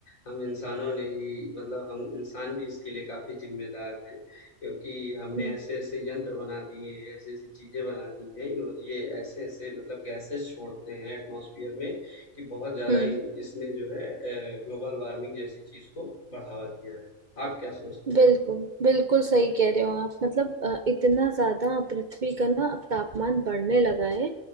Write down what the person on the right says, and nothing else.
हम्म
हम्म
बिल्कुल
बिल्कुल सही कह रहे हो आप मतलब अ, इतना ज्यादा पृथ्वी का ना अब तापमान बढ़ने लगा है